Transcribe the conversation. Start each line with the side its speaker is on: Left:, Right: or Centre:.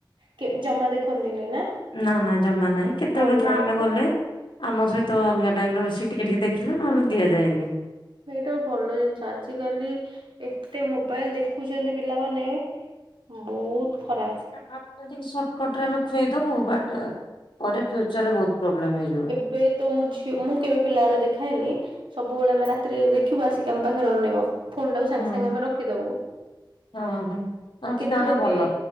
Right: କେ ଜମା ଦେଖନ୍ତିନି ନା
Left: ନା ନା ଜମା ନହିଁ କେତେଳେ
Right: ଭଲ
Left: କେତେଳେ ଆମେ
Right: ଏଇଟା
Left: ଗଲେ ଆମ ସହିତ ଅଲଗା ଟାଇମରେ ବସି ଟିକେ ଟିକେ ଦେଖିଲେ ନହେଲେ ଦିଆଯାଏନି
Right: ଏଇଟା ଭଲ ଜିନିଷ ଆଜିକାଲି ଏତେ ମୋବାଇଲ ଦେଖୁଛନ୍ତି ପିଲାମାନେ ବହୁତ ଖରାପ
Left: ସେଟା ଭାବୁଛନ୍ତି ସର୍ଟକଟ ରେ ଆମେ ଖୁଇଦବୁ ବଟ ପରେ ଫ୍ୟୁଚରରେ ବହୁତ ପ୍ରୋବ୍ଲେମ୍ ହେଇଯିବ
Right: ଏବେ ତ ମୁଁ ଝିଅ ମୁଁ କେବେ ପିଲାବେଳେ ଦେଖାଏନି ସବୁବେଳେ ଆମେ ରାତିରେ ଯଦି ଦେଖିବୁ ଆସିକି ଆମ ପାଖରେ ଅନେଇବ ଫୋନ ଟା କୁ ସାଙ୍ଗେ
Left: ହୁଁ।
Right: ସାଙ୍ଗେ ଆମେ ରଖିଦବୁ
Left: ହଁ ହଁ ରଖିଦବା
Right: କିନ୍ତୁ
Left: ଟା
Right: ଏବେ
Left: ଭଲ।